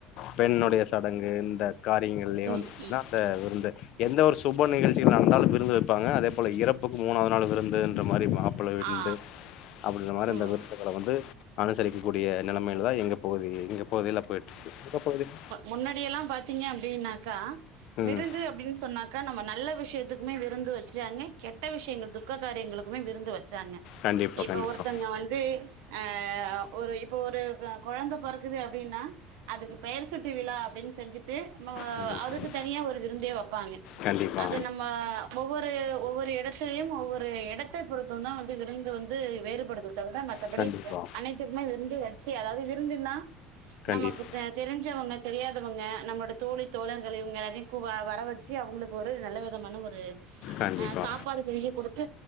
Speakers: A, on the left; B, on the right.
A: பெண்ணுடைய சடங்கு இந்த காரியங்கள்லியு
B: ம்
A: வந்து
B: ம்
A: பாத்தீங்கனா விருந்து எந்த ஒரு சுப நிகழ்ச்சிகள் நடந்தாலு விருந்து வைப்பாங்க அதே அப்போல இறப்புக்கு மூணாவது நாள் விருந்துதுன்ற மாதிரி மாப்பிள விருந்து
B: ஆ
A: அப்படின்ற இந்த மாதிரி இந்தந்த
B: ம்
A: விருதுகள வந்து அனுசரிக்கக்க கூடிய நிலைமையில தா எங்க பகுதி இங்க பகுதியில போயிட்டு இருக்கு எங்க பகுதியில
B: முன்னாடியெல்லா பாத்தீங்க அப்டின்னாக்கா
A: ம்
B: விருந்து அப்டின்னு சொன்னா க்கா நம்ம நல்ல விஷயத்துக்குமே விருந்து வச்சாங்க கெட்ட விஷயங்கள் துக்க காரியங்களுக்குமே விருந்து வச்சாங்க
A: கண்டிப்பா
B: இப்ப
A: கண்டிப்பா
B: ஒருத்தங்க வந்து அ ஒரு இப்ப ஒரு கொழந்த பொறக்குது அப் படினா அதுக்கு பெயர் சுட்டு விழா அப்டின்னு செஞ்சுட்டு
A: கண்டிப்பா
B: அதுக்கு தனியா ஒரு விருந்தே வைப்பாங்க
A: கண்டிப்பா
B: அது
A: கண்டிப்பா
B: நம்ம ஒவ்வொரு ஒவ்வொரு இடத்துலயு ஒவ்வொரு எடத்தை பொறுத்து தா வந்து விருந்து வந்து வேறுபடுது தவிர மத் மற்றபடி
A: கண்டிப்பா
B: அனைத்துக்குமே விருந்து வச்சு அதாவது விருந்துனா
A: கண்டிப்பா
B: நமக்கு ப தெரிஞ்சவங்க தெரியாதவங்க நம்மோட தோழி தோழர்களை இவுங்க வ வர வச்சு அவுங்களுக்கு ஒரு நல்ல விதமான ஒரு
A: கண்டிப்பா
B: அ சாப்பாடு செஞ்சு குடு த்து